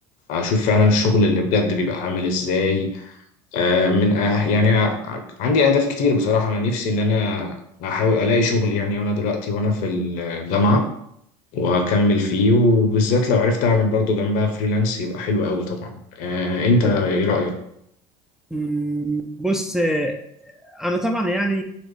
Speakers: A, on the left; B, in the centre.
A: اشوف فعلا الشغل اللي بجد بيبقى عامل ازاي آه، من أه يعني أنا عندي أهداف كتير بصراحة أنا نفسي إن أنا أحاول ألاقي شغل يعني وأنا دلوقتي وأنا في الجامعة وأكمل فيه وبالذات لو عرفت أعمل برضو جنبها فريلانس يبقى حلو قوي طبعا آه، أنت
B: طب،
A: إيه رأيك؟
B: مم، بص آه، انا طبعا يعني